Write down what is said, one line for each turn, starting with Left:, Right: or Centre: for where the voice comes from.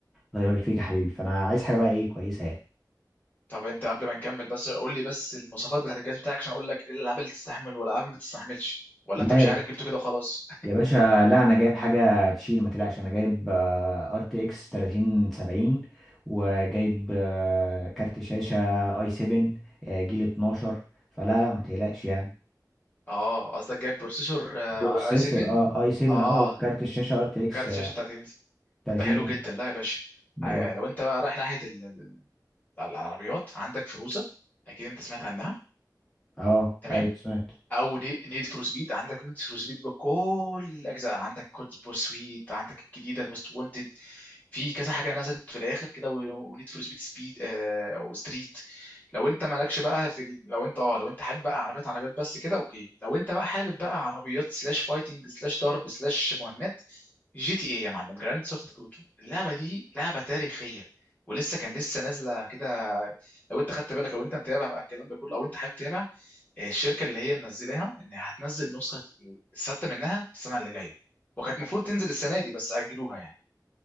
Centre: الله يبارك فيك يا حبيبي فانا عايز حاجه بقى ايه كويسه يعني
Left: طب انت قبل ما نكمل بس قول لي بس المواصفات بتاعت الجهاز بتاعك عشان اقول لك ايه الالعاب اللي تستحمل والالعاب ما تستحملش ولا
Centre: لا
Left: انت مش عارف جبته كده وخلاص
Centre: يا باشا لا انا جايب حاجه تشيل ما تقلقش انا جايب ار تي اكس 3070 وجايب آه، كارت شاشه اي 7 جيل 12 فلا لا ما تقلقش يعني
Left: <laughs> اه قصدك جايب بروسيسور
Centre: بروسيسور
Left: اي 7
Centre: اه اي 7
Left: اه
Centre: اه وكارت
Left: آه.
Centre: الشاشه ار تي
Left: وكارت
Centre: اكس
Left: شاشه 30 انش
Centre: 30
Left: طب ده حلو جدا لا يا باشا
Centre: بالظبط.
Left: ع- لو انت بقى رايح ناحيه ال- ال- العربيات عندك فيروزه اكيد انت سمعت عنها
Centre: اه
Left: تمام
Centre: ايوه سمعت
Left: او نيد فور سبيد عندك نيد فور سبيد بكل اجزاء عندك كود بورسويت عندك الجديده الموست وونتد في كذا حاجه نزلت في الاخر كده ونيد فور سبيد سبيد او ستريت لو انت مالكش بقى في ال... لو انت اه لو انت حابب بقى عربيات عربيات بس كده اوكي لو انت بقى حابب بقى عربيات سلاش فايتنج سلاش ضرب سلاش مهمات جي تي ايه يا معلم جراند سوفت اوتو اللعبه دي لعبه تاريخيه ولسه كان لسه نازله كده لو انت خدت بالك لو انت متابع بقى الكلام ده كله او انت حابب تتابع الشركه اللي هي منزلاها ان هتنزل نسخه السادسه منها السنه اللي جايه وكانت المفروض تنزل السنه دي بس اجلوها يعني